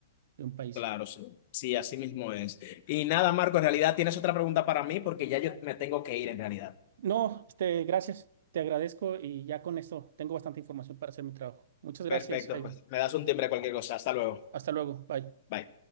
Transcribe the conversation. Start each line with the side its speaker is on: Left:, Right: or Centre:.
Right: de un país.
Left: Claro, sí, sí, así mismo es. Y nada, Marco, en realidad tienes otra pregunta para mí porque ya yo me tengo que ir en realidad.
Right: No, este, gracias, te agradezco y ya con esto tengo bastante información para hacer mi trabajo. Muchas gracias,
Left: Perfecto,
Right: Javi.
Left: pues me das un timbre cualquier cosa. Hasta luego.
Right: Hasta luego, bye.
Left: Bye.